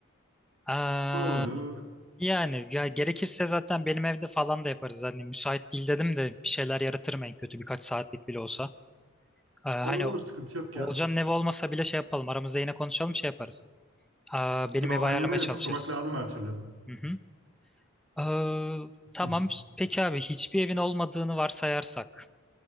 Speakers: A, in the centre; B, on the right (about 65°).
A: Aa,
B: Doğru.
A: yani ya gerekirse zaten benim evde falan da yaparız. Hani müsait değil dedim de bir şeyler yaratırım en kötü birkaç saatlik bile olsa. Aa,
B: Olur
A: hani
B: olur sıkıntı yok
A: Olcan'ın
B: ya.
A: evi olmasa bile şey yapalım. Aramızda yine konuşalım şey yaparız. Aa, benim
B: Yo
A: evi
B: aynen
A: ayarlamaya
B: öyle
A: çalışırız.
B: kutlamak lazım her türlü.
A: Hı hı. Ee, tamam.
B: Hı,
A: işte Peki abi hiçbir evin olmadığını varsayarsak.